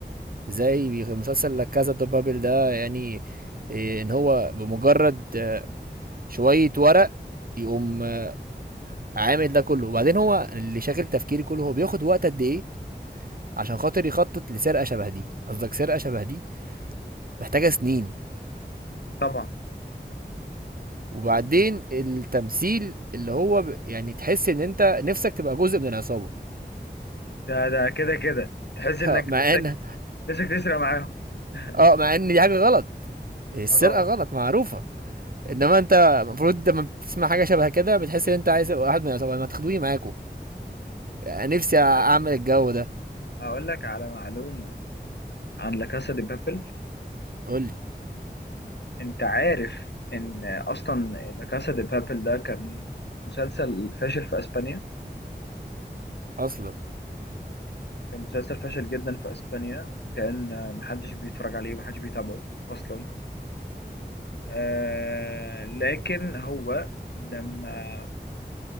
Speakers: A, on the right; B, on the left.
A: ازاي بي- مسلسل لا كازا دو بابل ده يعني آه، ان هو بمجرد آه، شوية ورق يقوم آه، عامل ده كله وبعدين هو اللي شاغل تفكيري كله هو بياخد وقت قد ايه عشان خاطر يخطط لسرقه شبه دي قصدك سرقه شبه دي محتاجه سنين
B: طبعا
A: وبعدين التمثيل اللي هو ب... يعني تحس ان انت نفسك تبقى جزء من العصابه
B: ده ده كده كده تحس إنك
A: <laughs> مع
B: نفسك
A: ان
B: نفسك تسرق معاهم <laughs>
A: اه مع ان دي حاجه غلط السرقه
B: اه طبعا
A: غلط معروفه انما انت المفروض لما بتسمع حاجه شبه كده بتحس ان انت عايز تبقى واحد من العصابه ما تاخدوني معاكم نفسي
B: اقول
A: اعمل
B: لك
A: الجو ده
B: اقول لك على معلومه عن لا كاسا دي بابل
A: قول لي
B: انت عارف ان اصلا لا كاسا دي بابل ده كان مسلسل فاشل في اسبانيا
A: اصلا
B: كان مسلسل فاشل جدا في اسبانيا وكان آه، محدش بيتفرج عليه ومحدش بيتابعه اصلا آه لكن هو لما